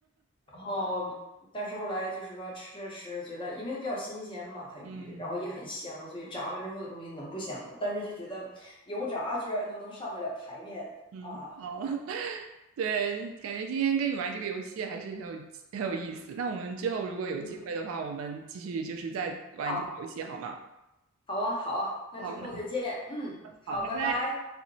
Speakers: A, on the left; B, on the right.
A: 然后，但是后来就是说吃着吃着觉得，因为比较新鲜嘛，它鱼，
B: 嗯
A: 然后也很香，所以炸完之后的东西能不香吗？但是就觉得油炸居然都能上得了台面啊！
B: 嗯，好。<laughs> 对，感觉今天跟你玩这个游戏还是很有很有意思。那我们之后如果有机会的话，
A: 嗯，
B: 我们继续就是再玩这个游戏好吗？
A: 好，好啊，好啊，那之后再见。
B: 好，那
A: 嗯，好，
B: 好，拜拜。
A: 拜拜。